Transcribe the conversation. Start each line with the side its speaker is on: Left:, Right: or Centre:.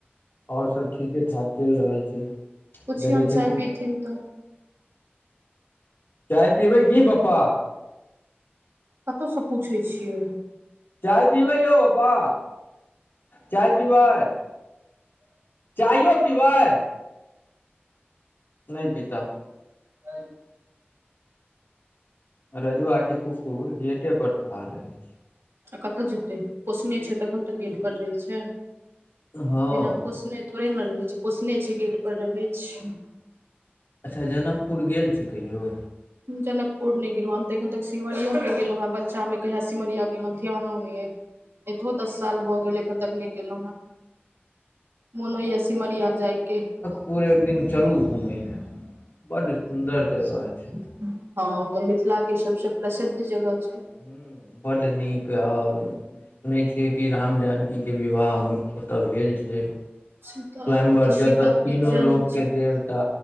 Left: आओर सभ ठीके ठाक चलि रहल छै।
Right: पुछिौ
Left: देखै छियै
Right: चाय
Left: कु
Right: पीथिन तऽ।
Left: चाय पीबै की पप्पा।
Right: कतहुसँ पूछै छियै।
Left: चाय पीबै यौ प पा चाय पीबै। चइओ पीबै नहि पीताऽ।
Right: ह।
Left: रजुआ के कुकुर गेटे पर ठाड़ रहे छै।
Right: आ कतऽ जेते पोसने छै। तखन तऽ गेट पर रहे छै।
Left: छै हँ
Right: बिना पोसने थोड़े ने रहे छै। पोसने छै। गेट पर रहे छै।
Left: अच्छा जनकपुर गेल छी कहियौ।
Right: जनकपुर ने गेलों हम तऽ एखन तक सिमरियो नहि गेलों हें। बच्चा मे कया सिमरिया गेलों ध्यानो नहि। यै एतहो दस साल भऽ गेल एखन तक नहि केलहुँ हेँ। मोन होइ ये सिमरीया जाइके।
Left: पूर एक दिन चलू घुमय लए बड्ड सुन्दर जगह छै।
Right: हँ ओ तऽ मिथिला के सबस प्रसिद्ध जगह छै।
Left: ह ब्ड नीक आओर सुनै छियै। कि राम जानकीके विवाह हु कतय भेल छै।
Right: सीताराम
Left: स्वयंवर
Right: ओतऽ सीता
Left: जतय तीनो
Right: के जन्म
Left: लोकके
Right: छै
Left: देवता